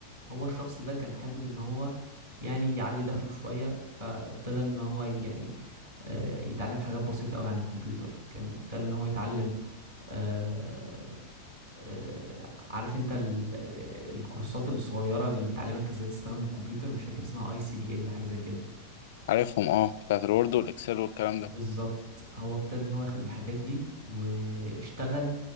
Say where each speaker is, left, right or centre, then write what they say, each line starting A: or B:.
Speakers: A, on the right (about 65°); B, on the left (about 55°).
A: هو الشخص ده كان حابب ان هو يعني يعلي دخله شويه فابتدى ان هو يعني آه يتعلم حاجات بسيطه قوي عن الكمبيوتر كان ابتدى ان هو يتعلم آه آه عارف انت ال- ال- الكورسات الصغيره اللي بتعلمك ازاي تستخدم الكمبيوتر مش فاكر اسمها اي سي دي ال حاجه زي كده
B: عارفهم اه بتاعت الوورد والاكسل والكلام
A: بالظبط
B: ده
A: هو ابتدى ان هو ياخد الحاجات دي واشتغل